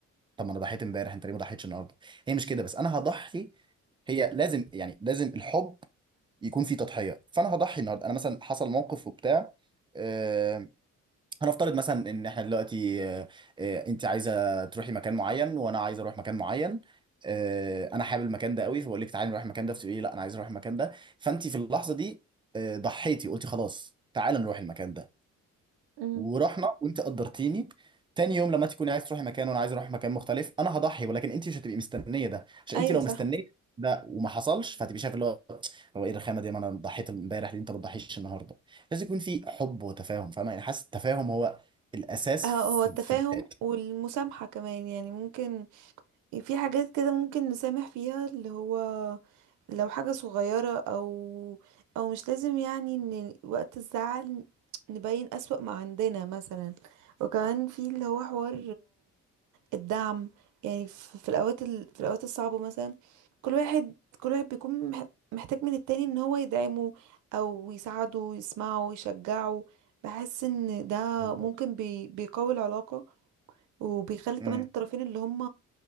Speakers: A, on the right; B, on the right.
A: طب ما انا ضحيت امبارح انت ليه ما ضحيتش النهارده هي مش كده بس انا هضحي هي لازم يعني لازم الحب يكون في تضحيه فانا هضحي النهارده انا مثلا حصل موقف وبتاع آه، هنفترض مثلا ان احنا دلوقتي آه، آه، انت عايزه تروحي مكان معين وانا عايز اروح مكان معين آه، انا حابب المكان ده قوي فبقول لك تعالي نروح المكان ده فتقولي لي لا انا عايز اروح المكان ده فانت في اللحظه دي آه، ضحيتي قلتي خلاص تعالى نروح المكان ده
B: مم.
A: ورحنا وانت قدرتيني تاني يوم لما تكوني عايز تروحي مكان وانا عايز اروح مكان مختلف انا هضحي ولكن انت مش هتبقي مستنيه ده عشان
B: ايوه
A: انت لو
B: صح
A: مستنيه ده وما حصلش فهتبقي شايف اللي هو هو ايه الرخامه دي ما انا ضحيت امبارح ليه انت ما بتضحيش النهارده لازم يكون في حب وتفاهم فاهمه يعني حاسس التفاهم هو الاساس
B: ه- هو
A: في
B: التفاهم
A: في بداية.
B: والمسامحة كمان يعني ممكن في حاجات كده ممكن نسامح فيها اللي هو لو حاجة صغيرة او او مش لازم يعني ان وقت الزعل نبين أسوأ ما عندنا مثلا وكمان في اللي هو حوار الدعم يعني ف- في الاوقات ال... في الاوقات الصعبه مثلا كل واحد كل واحد بيكون مح- محتاج من التاني ان هو يدعمه او يساعده يسمعه يشجعه بحس ان ده
A: بالظبط
B: ممكن بي... بيقوي العلاقه وبيخلي
A: امم
B: كمان الطرفين اللي هم